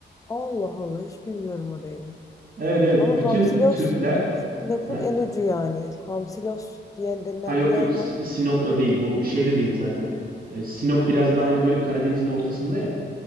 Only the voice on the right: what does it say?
Evet evet.
Bütün
Türkler
ha,
ha yok
yok S-
Sinop'ta değil. Bu şeyde değil zaten. E, Sinop biraz daha hani böyle Karadeniz'in ortasında ya.